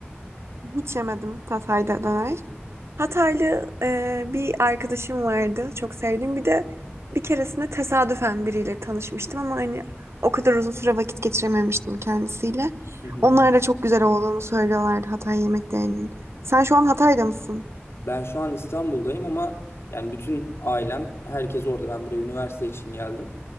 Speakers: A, on the right; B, on the left.
A: Hiç yemedim Hatay'da döner. Hataylı e, bir arkadaşım vardı. Çok sevdiğim. Bir de bir keresinde tesadüfen biriyle tanışmıştım ama hani o kadar uzun süre vakit geçirememiştim kendisiyle.
B: Hı hı.
A: Onlar da çok güzel olduğunu söylüyorlardı Hatay yemeklerinin. Sen şu an Hatay'da mısın?
B: Ben şu an İstanbul'dayım ama yani bütün ailem, herkes orada. Ben buraya üniversite için geldim.